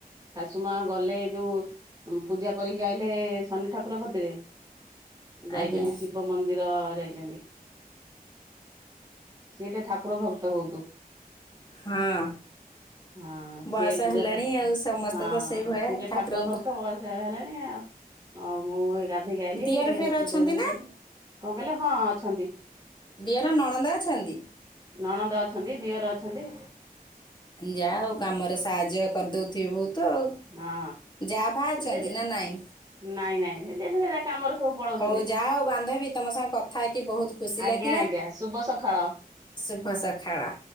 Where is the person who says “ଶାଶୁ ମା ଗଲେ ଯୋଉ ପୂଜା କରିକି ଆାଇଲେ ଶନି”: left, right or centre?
Right